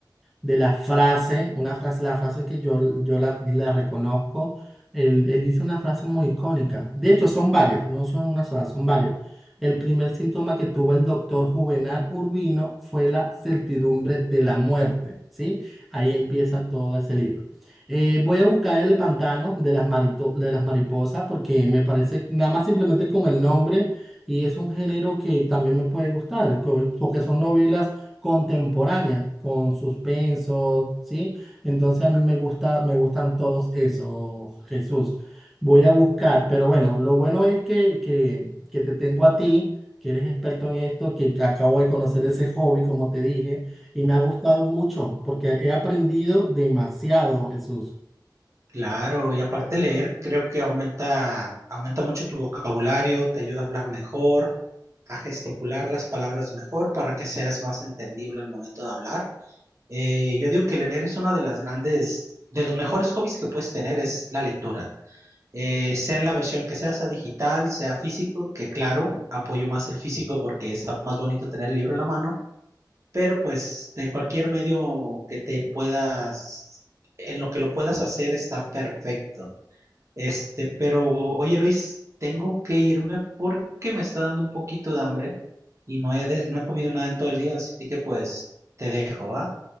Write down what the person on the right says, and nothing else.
Claro, y aparte leer creo que aumenta, aumenta mucho tu vocabulario, te ayuda a hablar mejor, a gesticular las palabras mejor para que seas más entendible al momento de hablar. Eh, yo digo que leer es una de las grandes, de los mejores hobbies que puedes tener es la lectura. Eh, sea en la versión que sea, sea digital, sea físico, que claro, apoyo más el físico porque está más bonito tener el libro en la mano, pero pues de cualquier medio que te puedas, en lo que lo puedas hacer está perfecto. Este, pero oye Luis, tengo que irme porque me está dando un poquito de hambre y no he, de- no he comido nada en todo el día, así que pues te dejo, ¿va?